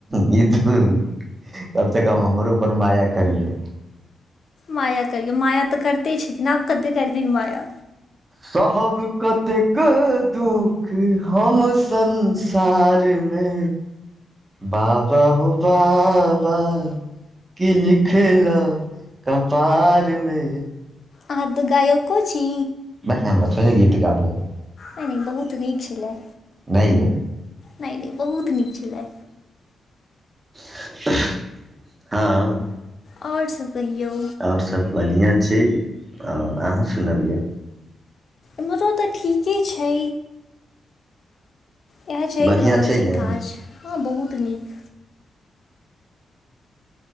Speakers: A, on the right (about 25°); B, on the left (about 45°).
A: गीत कमसँ कम हमरो पर माया करियौ
B: माया करहिियौ माया तऽ करिते छथिन आब कतेक करथिन माया
A: सब कतेक दुःखी हम सनस सारमे बाबा हो बाबा कि लिखलहु कपारमे
B: आहाँ तऽ गायक छी
A: भक हमरा थोइ ने गित गाबै ह
B: नहि नहि बहुत भीक छलै
A: नहि अइ
B: नहि नहि बहुत नीक छलै
A: <unintelligible> हँ
B: आओर सब कहियौ
A: आओर सब बढ़िआँ छै आओ अहाँ सुनबियौ
B: एम्हरो तऽ ठीके छै इएह चलि
A: बढ़िआँ
B: रहल छै
A: ने
B: काज
A: आओर
B: हँ बहुत नीक